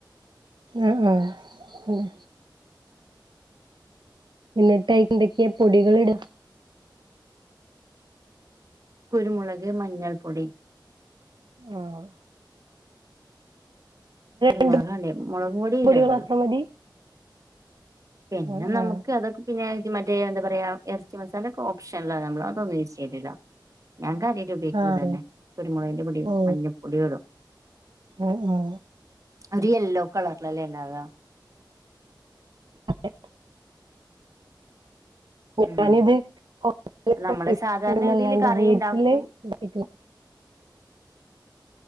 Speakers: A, on the right; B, on the right.
A: ആഹ് ആഹ് പിന്നെ എന്നിട്ട് അയ്ന്തൊക്കിയേ പൊടികളിട
B: കുരുമുളക് മഞ്ഞൾ പൊടി
A: ആഹ്
B: കുരുമുളകാലേ
A: രണ്ട്
B: മുളക് പൊടി
A: പൊടികൾ
B: ഇടര്ത്
A: മാത്രം മതി
B: പിന്നെ
A: ആ
B: നമുക്ക്
A: ആ
B: അതൊക്കെ പിന്നെ ഇത് മറ്റേ എന്താ പറയാ എർച്ചി മസാലൊക്കെ ഓപ്ഷനല നമ്മൾ അതൊന്നും യൂസ് ചെയ്ട്ടില്ല ഞാ കാര്യായായിട്ട് ബേക്കല്
A: ആ അതെ
B: തന്നെ കുരുമുളകന്റെ പൊടീം
A: ഓ
B: മഞ്ഞപൊടീം ഇടും
A: ആ ആ
B: അരി യല്ലോ കളർലല്ലേ ഇണ്ടാവ
A: അതെ
B: ഉം
A: ഞാനിത് <unintelligible>
B: നമ്മള് സാധാരണ രീതിയില്
A: ലാണ്ട്
B: കറി
A: വീട്ടില്
B: ഉണ്ടാക്കും
A: ഇണ്ടായിട്ടില്ല